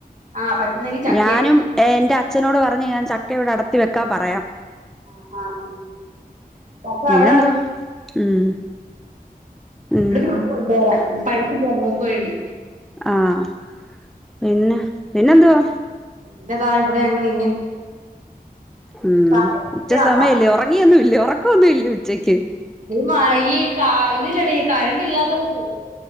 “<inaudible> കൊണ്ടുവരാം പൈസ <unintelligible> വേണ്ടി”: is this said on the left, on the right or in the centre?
Right